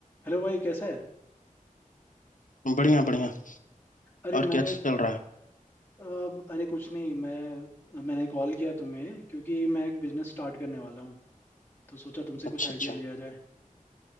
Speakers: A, on the left (about 15°); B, on the left (about 65°).
A: Hello भाई कैसा है
B: बढ़िया बढ़िया
A: अरे
B: और
A: मैंने
B: क्या चल रहा है
A: अब अरे कुछ नहीं मैं मैंने कॉल किया तुम्हें क्योंकि मैं एक बिजनेस स्टार्ट करने वाला हूँ तो सोचा तुमसे कुछ
B: अच्छा
A: आइडिया
B: अच्छा
A: लिया जाए